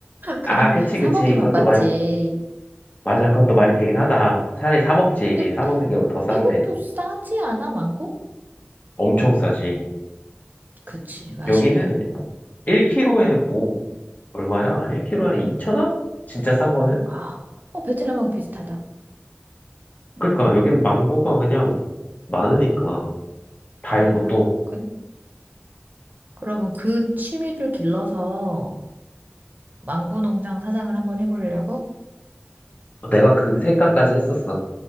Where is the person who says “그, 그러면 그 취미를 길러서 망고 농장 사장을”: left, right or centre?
Right